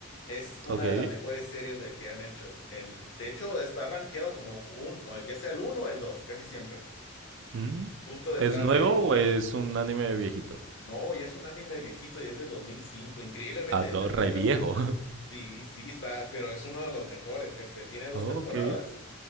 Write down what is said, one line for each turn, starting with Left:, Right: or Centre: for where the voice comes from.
Left: es una
Right: ok.
Left: de las mejores series de que han hecho. En, de hecho, está rankeado como un, o ya sea el uno o el dos, casi siempre,
Right: Mm.
Left: justo detrás
Right: ¿Es nuevo
Left: de...
Right: o es un anime viejito?
Left: No, ya es un anime viejito y es de dos mil cinco Increíblemente,
Right: Ah,
Left: ya
Right: no,
Left: tengo
Right: re
Left: que estar
Right: viejo. <laughs>
Left: Sí, sí, está, pero es uno de los mejores. Este, tiene dos
Right: Ok.
Left: temporadas.